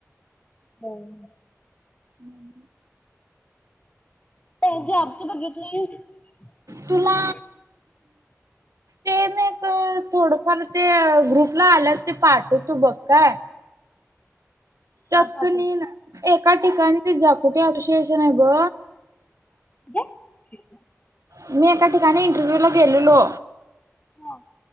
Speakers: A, on the left; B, on the right.
A: होम्
B: हम् <inaudible>
A: <unintelligible> <inaudible>
B: तुला ते मी एक थोडफार ते ग्रुपला आल्या ते पाठवतो बघ काय त्यात
A: हा पाठव
B: का नाय एका ठिकाणी ते जप कुठे असोसिएशन आहे ब
A: <inaudible>
B: मी एका ठिकाणी इंटरव्ह्यू ला गेलोलो
A: हा